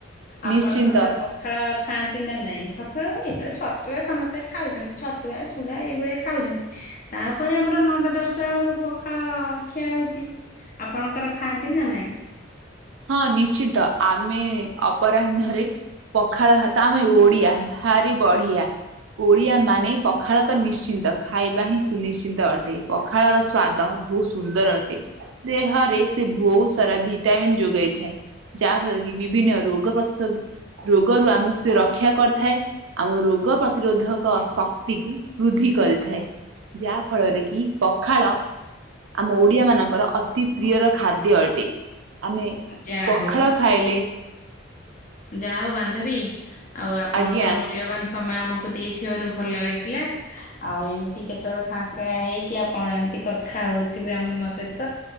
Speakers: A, on the left; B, on the right.
A: ଆପଣ
B: ନିଶ୍ଚିନ୍ତ।
A: ସକାଳୁ ପଖ୍ ପଖାଳ ଖାଆନ୍ତି ନା ନାଇଁ? ସକାଳୁ ଏଇତ ଛତୁଆ ସମସ୍ତେ ଖାଉଚନ୍ତି, ଛତୁଆ ଚୁ ଚୁଡ଼ା ଏଇଭଳିଆ ଖାଉଚନ୍ତି, ତାପରେ ଆମର ନଅଟା ଦଶଟା ବେଳକୁ ପଖାଳ ଖିଆ ହେଉଚି। ଆପଣଙ୍କର ଖାଆନ୍ତି ନା ନାହିଁ?
B: ହଁ ନିଶ୍ଚିତ, ଆମେ ଅପରାହ୍ନରେ ପଖାଳ ଭାତ, ଆମେ ଓଡିଆ ଭାରି ବଢିଆ। ଓଡ଼ିଆ ମାନେ ପଖାଳ ତ ନିଶ୍ଚିନ୍ତ, ଖାଇବା ହିଁ ସୁନିଶ୍ଚିନ୍ତ ଅଟେ, ପଖାଳର ସ୍ଵାଦ ବହୁତ ସୁନ୍ଦର ଅଟେ, ଦେହରେ ସେ ବହୁତ ସାରା ଭିଟାମିନ୍ ଯୋଗ୍ ଯୋଗାଇଥାଏ, ଯାହା ଫଳରେ କି ବିଭିନ୍ନ ରୋଗ ପ୍ରତିଶୋଧ ରୋଗରୁ ଆମକୁ ସେ ରକ୍ଷା କରିଥାଏ ଆମ ରୋଗ ପ୍ରତିରୋଧକ ଶକ୍ତିକୁ ବୃଦ୍ଧି କରିଥାଏ। ଯାହା ଫଳରେ କି, ପଖାଳ ଆମ ଓଡିଆ ମାନଙ୍କର ଅତି ପ୍ରିୟର ଖାଦ୍ୟ ଅଟେ, ଆମେ
A: ଯାହା
B: ପଖାଳ
A: ହଉ,
B: ଖାଇଲେ
A: ଯାହା ହଉ ବାନ୍ଧବୀ ଆଉ ଆପଣଙ୍କର
B: ଆଜ୍ଞା
A: ମୂଲ୍ୟବାନ୍ ସମୟ ଆମକୁ ଦେଇଥିବାରୁ ଭଲ ଲାଗିଲା। ଆଉ ଏମିତି କେତେବେଳେ ଫାଙ୍କା ହେଇକି ଆପଣ ଏମତି କଥା ହଉଥିବେ ଆମ ସହିତ